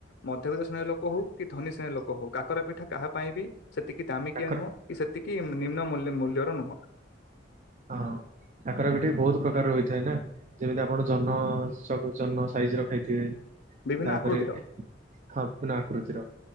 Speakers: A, on the left (about 65°); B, on the right (about 40°).
A: ମଧ୍ୟବିତ୍ତ ଶ୍ରେଣୀ ର ଲୋକ ହଉ କି ଧନୀ ଶ୍ରେଣୀର ଲୋକ ହଉ, କାକର ପିଠା କାହା ପାଇଁ ବି ସେତିକି ଦାମିକିଆ
B: କାକର
A: ନୁହଁ କି ସେତିକି ନିମ୍ନ ମୂଲ୍ୟ ମୂଲ୍ୟର ନୁହଁ।
B: ହଁ କାକରା ପିଠା ବି ବହୁତ ପ୍ରକାର ରହିଥାଏ ନା, ଯେମିତି ଆପଣ ଜନ ଜନ ସାଇଜ ର ଖାଇଥିବେ
A: ବିଭିନ୍ନ
B: ତାପରେ
A: ଆକୃତିର
B: ସମ୍ପନ <unintelligible> ଆକୃତିର